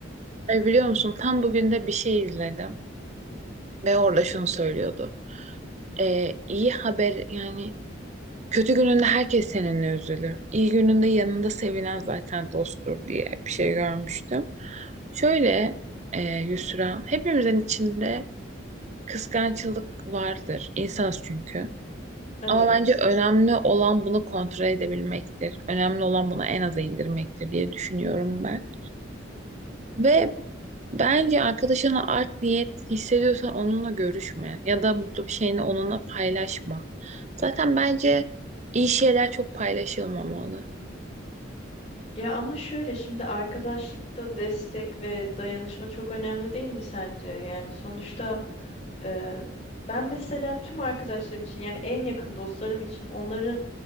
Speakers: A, on the right; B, on the left.
A: E, biliyor musun tam bugün de bir şey izledim ve orada şunu söylüyordu. E, iyi haber yani kötü gününde herkes seninle üzülür. İyi gününde yanında sevinen zaten dosttur diye bir şey görmüştüm. Şöyle e, Yusra hepimizin içinde kıskançlık vardır. İnsanız çünkü.
B: Evet.
A: Ama bence önemli olan bunu kontrol edebilmektir. Önemli olan bunu en aza indirmektir diye düşünüyorum ben. Ve bence arkadaşına art niyet hissediyorsan onunla görüşme ya da mutlu bir şeyini onunla paylaşma. Zaten bence iyi şeyler çok paylaşılmamalı.
B: Ya ama şöyle şimdi arkadaşlıkta destek ve dayanışma çok önemli değil mi sence? Yani sonuçta e, ben mesela tüm arkadaşlarım için yani en yakın dostlarım için onların